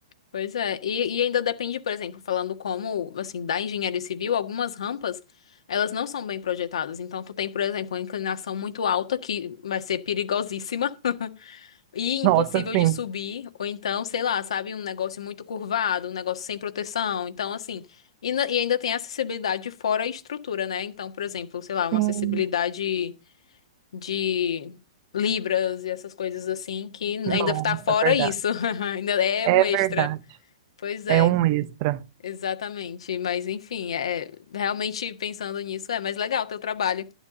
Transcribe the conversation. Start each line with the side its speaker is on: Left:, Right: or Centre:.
Left: Pois é. E, e ainda depende, por exemplo, falando como, assim, da engenharia civil, algumas rampas, elas não são bem projetadas. Então, tu tem, por exemplo, uma inclinação muito alta que vai ser perigosíssima. E impossível
Right: Nossa, assim,
Left: de subir, ou então, sei lá, sabe, um negócio muito curvado, um negócio sem proteção. Então, assim, e, na- e ainda tem a acessibilidade fora a estrutura, né? Então, por exemplo, sei lá, uma
Right: sim,
Left: acessibilidade de libras e essas coisas assim, que
Right: nossa,
Left: ainda tá fora
Right: é verdade.
Left: isso. <laughs> Ainda é
Right: É
Left: um extra.
Right: verdade.
Left: Pois é,
Right: É um extra.
Left: exatamente. Mas, enfim, é realmente pensando nisso, é mais legal teu trabalho.